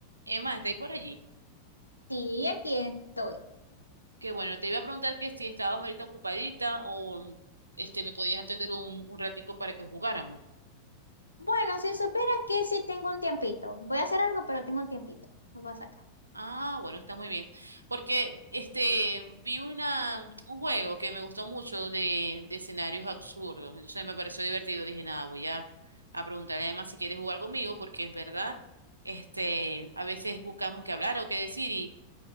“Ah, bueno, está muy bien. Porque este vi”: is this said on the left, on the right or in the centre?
Right